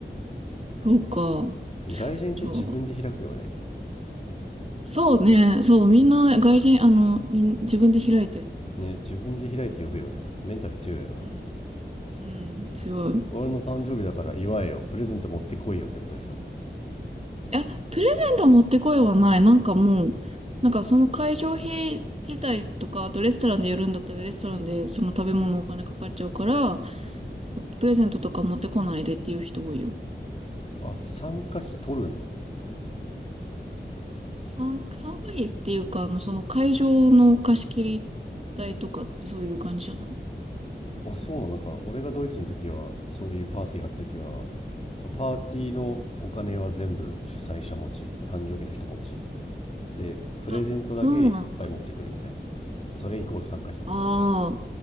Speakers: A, on the right; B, on the left.
A: そうか。
B: でも外人って自分で開くよね
A: じゃあ、そうね、そう、みんな外人、あの、みん、自分で開いてる。
B: ね自分で開いて呼ぶよねメンタル強いよな
A: うん、うん、強い。
B: 俺の誕生日だから祝えよプレゼント持ってこいよってことでしょ
A: え、プレゼント持ってこいはない。なんかもう、なんかその会場費自体とか、あとレストランでやるんだったらレストランでその食べ物お金かかっちゃうから、プレゼントとか持ってこないでっていう人多いよ。
B: あ参加費取るんだ
A: 参、参加費っていうか、あの、その会場の貸し切り代とかってそういう感じじゃない
B: あ、そうなのなんか、俺がドイツの時は、そういうパーティーがあった時は、パーティーのお金は全部主催者持ち、誕生日の人持ち。で、プレゼントだけいっぱい持ってくるみたいな。
A: あ、そうなんだ。
B: それイコール参加費みたい
A: あ